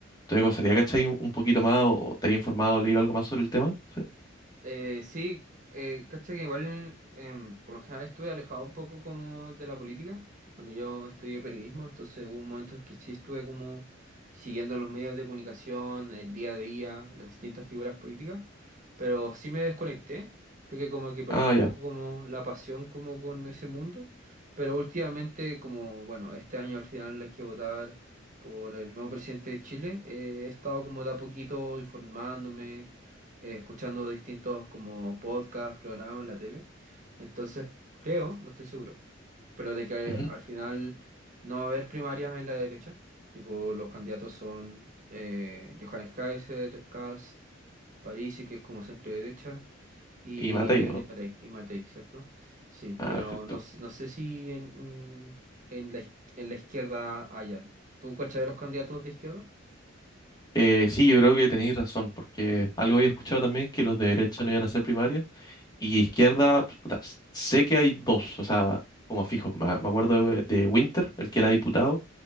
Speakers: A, on the left (about 20°); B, on the right (about 40°).
A: tú te gustaría, cachai, un, un poquito más o, o te has informado, leído algo más sobre el tema? Sí.
B: Eh, sí, eh, cacha que igual em, por lo general estuve alejado un poco como de la política. Bueno, yo estudié periodismo, entonces hubo un momento en el que sí estuve como siguiendo los medios de comunicación, el día a día, las distintas figuras políticas, pero sí me desconecté. Creo que como que perdí
A: Ah,
B: un
A: ya.
B: poco como la pasión como con ese mundo, pero últimamente como, bueno, este año al final hay que votar por el nuevo presidente de Chile, eh, he estado como de a poquito informándome eh, escuchando distintos como podcasts, programas en la tele. Entonces, creo, no estoy seguro, pero de que
A: Ujú.
B: al final no va a haber primarias en la derecha. Tipo, los candidatos son eh, Johannes Kaiser, Kast, Parisi, que es como centro derecha, y
A: Y Matei,
B: Evelyn
A: ¿o no?
B: Matei, y Matei, ¿cierto? Sí,
A: Ah,
B: pero
A: perfecto.
B: no, sé- no sé si en, en la, iz- en la izquierda haya. ¿Tú cachai de los candidatos de izquierda?
A: Eh, sí, yo creo que tenéis razón, porque algo había escuchado también que los de derecha no iban a ser primarias, y izquierda, pues, puta, sé que hay dos, o sea, como fijo, me, me acuerdo de de Winter, el que era diputado